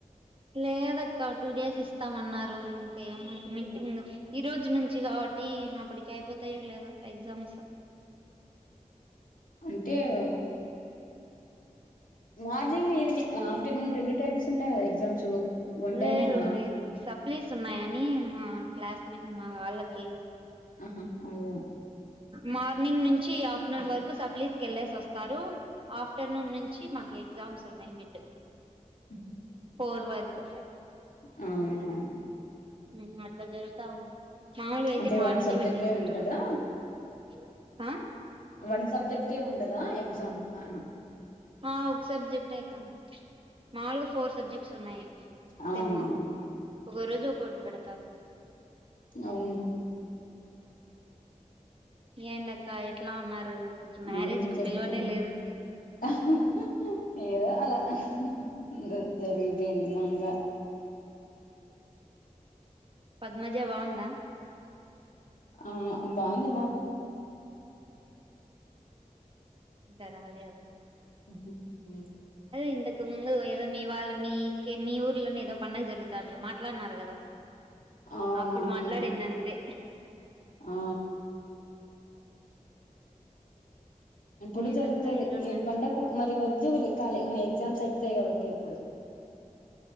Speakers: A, on the right (about 40°); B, on the left (about 85°).
A: లేదక్క టూ డేస్ ఇస్తామన్నారు ఇం ఎమో మిడ్ఇంగ్ ఈ రోజు నుంచి కాబట్టి అప్పటికి అయిపోతాయ లేదా ఎగ్జామ్స్
B: అంటే ఒక మార్నింగ్ ఈవినింగ్ ఆఫ్టర్నూన్ రెండు టైమ్స్ ఉంటాయి కదా ఎగ్జామ్స్ వన్ టైమేనా
A: లేదు లేదు సప్లైస్ ఉన్నాయని మా క్లాస్మేట్ మా వాళ్లకి
B: ఆహా అవు
A: మార్నింగ్ నుంచి ఆఫ్టర్నూన్ వరకు సప్లీస్ కలిసివస్తారు ఆఫ్టర్నూన్ నుంచి మాక ఎగ్జామ్స్ ఉన్నాయి మిడ్
B: ఉ హు
A: ఫోర్ వరకు
B: అవును
A: ఉమ్ అట్లా జరుగుతా ఉంది మాముూలుగా అయితే
B: అంటే
A: మార్నింగే
B: వన్ సబ్జెక్టే
A: పెట్టేసి ఉంటారు
B: ఉంటదా
A: ఓ ఆ
B: వన్ సబ్జెక్టే ఉంటదా ఎగ్జామ్ ఆ
A: ఆ ఒక సబ్జెక్టే కా మాముూలుగా ఫోర్ సబ్జెక్ట్స్ ఉన్నాయి
B: అవునవును
A: సిమ్ ఒక రోజు ఒకటి పెడతారు
B: అవును
A: ఏంటక్కా ఎట్లా ఉన్నారు మ్యారేజ్
B: ఉమ్
A: కు
B: చెప్పమ్మా
A: పిలవనే లేదు
B: ఆహా హా ఏదో అలా అ హా హు జరిగిపోయింది మంగా
A: పద్మజా బగుందా
B: ఆ బాంద్
A: ఇంకా రాలేవ్
B: ఉఊ ఉమ్
A: ఇంతకు ముందు ఏదో మీ వాళ్ళు మీకే మీ ఊర్లోనే ఏదో పండగ జరుగుతాండి మాట్లాడ్ న్నారు కదా
B: అవునవును
A: అప్పుడు మాట్లాడింది అంతే
B: ఆ ఇప్పుడు
A: ఏంటక్క
B: జరుగుతుది
A: ఇట్లున్నది
B: ఈ పండకు మరి వద్జు వీల్ ఎక్కాలి ఎగ్జామ్స్ అయిపోతాయి కాబట్టి అప్పుడు